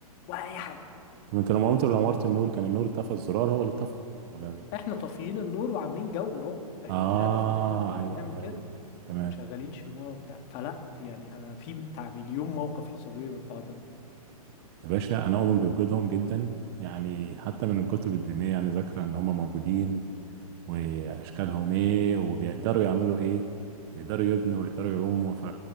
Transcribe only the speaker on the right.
طب انت لما قمت لو نورت النور كان النور اتطفى الزرار هو اللي اتطفى ولا ال-
اه
ايوه
ايوه
ايوه تمام
يا باشا انا اؤمن بوجودهم جدا يعني حتى من الكتب الدينيه يعني ذاكره ان هم موجودين واشكالهم ايه وبيقدروا يعملوا ايه ويقدروا يبنوا ويقدروا يعوموا ف